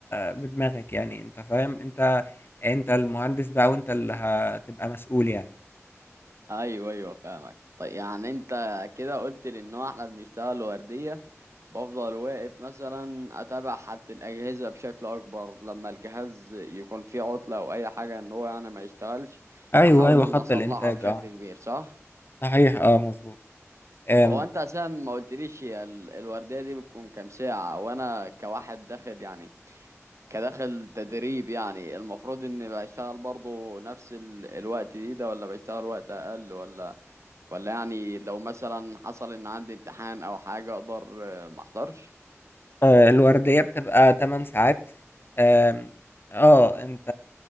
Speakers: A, on the left; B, on the right.
A: بدماغك يعني انت فاهم انت انت المهندس بقى وانت اللي هتبقى مسؤول يعني
B: ايوه ايوه فاهمك طيب يعني انت كده قلت لي ان هو احنا بنشتغل ورديه بفضل واقف مثلا اتابع حالة الاجهزه بشكل اكبر لما الجهاز يكون فيه عطله او اي حاجه ان هو يعني ما يشتغلش
A: ايوه
B: احاول
A: ايوه
B: ان
A: خط
B: اصلحها
A: الانتاج
B: بشكل
A: اه
B: كبير صح
A: صحيح اه مظبوط أم،
B: هو انت عشان ما قلتليش هي ال- الورديه دي بتكون كام ساعه وانا كواحد داخل يعني كداخل تدريب يعني المفروض اني بشتغل برضه نفس ال- الوقت دي ده ولا بشتغل وقت اقل ولا ولا يعني لو مثلا حصل ان عندي امتحان او حاجة اقدر آه، ما احضرش
A: آه، الوردية بتبقى 8 ساعات آم، اه انت